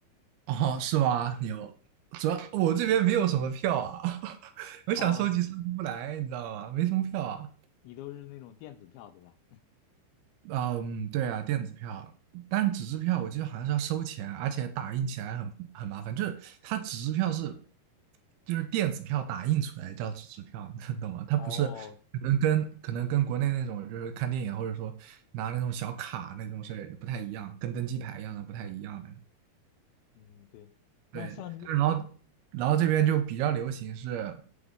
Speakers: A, on the right; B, on the left.
A: 哦，是吧？牛，主要我这边没有什么票啊，<laughs> 我想收集收集不来，
B: 哦，
A: 你知道吗？没什么票啊，
B: 你都是那种电子票对吧？
A: 嗯，对啊，电子票，但纸质票我记得好像是要收钱，而且打印起来很很麻烦。就是它纸质票是，就是电子票打印出来叫纸质票，<laughs> 你懂吗？它不是可能跟可能跟国内那种就是看电影或者说拿那种小卡那种事儿不太一样，
B: 哦，
A: 跟登机牌一样的不太一样的。
B: 嗯，对，那像你嗯
A: 对，但是然后然后这边就比较流行是